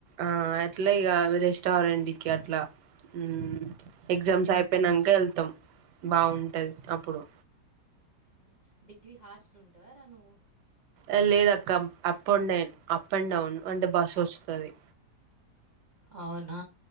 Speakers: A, on the right; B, on the right.
A: ఆ అట్ల ఇగ ఆవి రెస్టారెంటికి అట్లా ఉమ్ ఎగ్జామ్స్ అయిపోయినంక వెళ్తాం బాగుంటది అప్పుడు
B: ఆ డిగ్రీ హాస్టల్ ఉంటవారా నువ్వు
A: ఎ లేదక్క up and then up and down అంటే బస్ ఒస్తది
B: అవునా